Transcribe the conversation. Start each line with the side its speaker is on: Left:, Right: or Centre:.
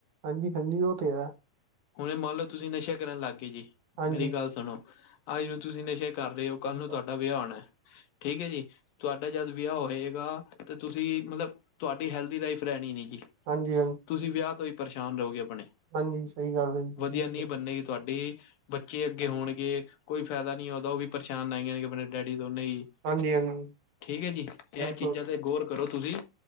Right: ਹਾਂਜੀ-ਹਾਂਜੀ, ਉਹ ਤੇ ਹੈ।
Left: ਹੁਣ ਮੰਨ ਲਓ ਤੁਸੀਂ ਨਸ਼ਾ ਕਰਨ ਲੱਗ ਗਏ, ਜੀ
Right: ਹਾਂਜੀ
Left: ਮੇਰੀ ਗੱਲ ਸੁਣੋ। ਅੱਜ ਨੂੰ ਤੁਸੀਂ ਨਸ਼ੇ ਕਰ ਰਹੇ ਹੋ,
Right: ਹਾਂਜੀ
Left: ਕੱਲ ਨੂੰ ਤੁਹਾਡਾ ਵਿਆਹ ਹੋਣਾ ਠੀਕ ਹੈ ਜੀ ਤੁਹਾਡਾ ਜਦ ਵਿਆਹ ਹੋਏਗਾ। ਤੇ ਤੁਸੀਂ ਮਤਲਬ ਤੁਹਾਡੀ ਹੈਲਦੀ ਲਾਈਫ ਰਹਿਣੀ ਨੀ ਜੀ।
Right: ਹਾਂਜੀ
Left: ਤੁਸੀਂ ਵਿਆਹ ਤੋਂ ਹੀ ਪਰੇਸ਼ਾਨ ਰਹੋਗੇ, ਆਪਣੇ
Right: ਹਾਂਜੀ ਸਹੀ ਗੱਲ ਹੈ
Left: ਵਧੀਆ ਨੀਹ
Right: ਜੀ
Left: ਬੰਨੇਗੀ। ਤੁਹਾਡੀ ਬੱਚੇ ਅੱਗੇ ਹੋਣਗੇ, ਕੋਈ ਫਾਇਦਾ ਨੀ ਉਹਦਾ ਉਹ ਵੀ ਪਰੇਸ਼ਾਨ ਆ ਜਾ ਨੇਗੇ ਆਪਣੇ ਡੈਡੀ ਤੋਂ ਉਹਨੇ ਹੀ
Right: ਹਾਂਜੀ ਹਾਂਜੀ
Left: ਠੀਕ ਹੈ, ਜੀ ਤੇ ਇਹ
Right: ਬਿਲਕੁਲ
Left: ਚੀਜ਼ਾਂ ਤੇ ਗੌਰ ਕਰੋ ਤੁਸੀਂ